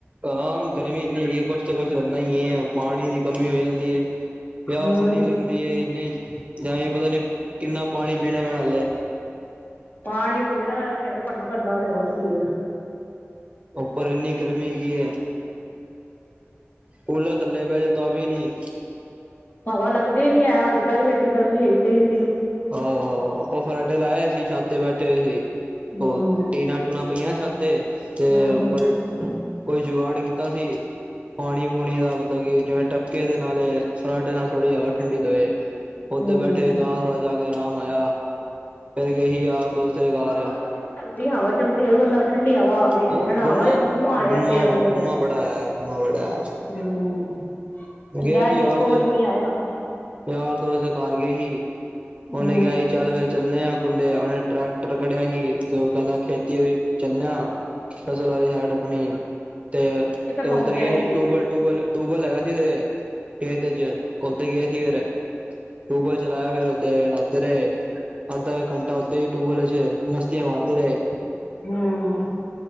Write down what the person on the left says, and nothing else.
ਹਮ
ਪਾਣੀ ਪੀਣਾ ਫਿਰ ਭੜਨਾ ਪੈਂਦਾ ਉਹਨੇ ਵਰਥੀ ਹੈ।
ਹਵਾ ਲੱਗਦੀ ਨੀ ਹੈ ਦੁਪਹਿਰ ਵੀ ਐਡੀ ਗਰਮੀ ਹੋਈ ਪਈ ਸੀ।
ਹਮ
ਹਮ ਹਮ
ਹਮ
ਹਵਾ ਵੀ ਚੱਲਦੀ ਹਵਾ ਚਲਦੀ ਬੰਦਾ ਠੰਡੀ ਹਵਾ ਆ
ਖੜਾਵਾ
ਗੁੰਮ ਆ
ਪਿਆ
ਬਹੁਤ
ਹੂ
ਜਾਏਗਾ
ਇੱਕੋ
ਵਾਰੀ ਨਹੀਂ ਆਏਗਾ
ਹਮ
ਕਿਤੇ
ਘੁੰਮ ਕੇ
ਆਏ
ਹੂ,,,